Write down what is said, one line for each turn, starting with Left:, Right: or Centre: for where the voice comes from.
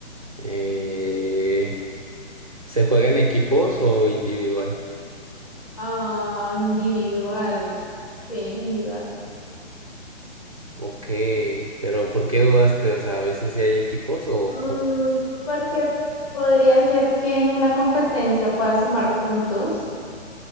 Right: Eh, ¿se juega en equipos o individual?
Left: Ah, individual. Sí, individual.
Right: Ok, pero ¿por qué dudaste? O sea, ¿a veces sí hay equipos o
Left: Mm,
Right: cómo?
Left: porque podría ser que en una competencia pueda sumar puntos,